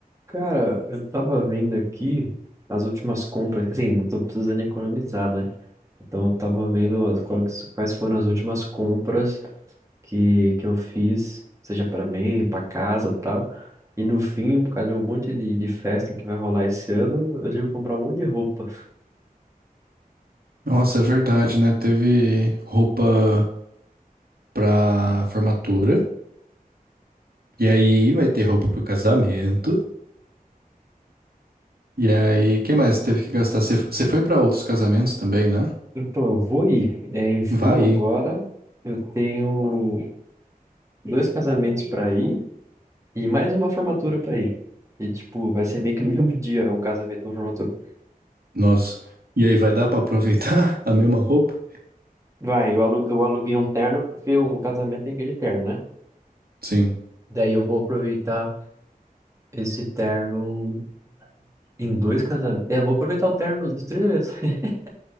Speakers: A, on the right; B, on the right.
A: Cara, eu tava vendo aqui as últimas compras, que, assim, eu tô precisando economizar, né? Então eu tava vendo as- quais quais foram as últimas compras que, que eu fiz, seja pra mim, pra casa, tal. E no fim, por causa de um monte de, de festa que vai rolar esse ano, eu tive que comprar um monte de roupa.
B: Nossa, é verdade, né? Teve roupa pra formatura, e aí vai ter roupa pro casamento, e aí, que mais? Teve que gastar. Você você foi pra outros casamentos também, né?
A: Então eu vou ir. É, em junho
B: Vai,
A: agora,
B: hein?
A: eu tenho dois casamentos pra ir e mais uma formatura pra ir. E, tipo, vai ser meio que no <laughs> mesmo dia, um casamento, e uma formatura.
B: nossa. E aí vai dar pra aproveitar <laughs> a mesma roupa?
A: Vai, eu alu- eu aluguei um terno porque o casamento tem que ir de terno, né?
B: Sim.
A: Daí eu vou aproveitar esse terno em dois casamentos. É, eu vou aproveitar o terno dos três eventos. <laughs>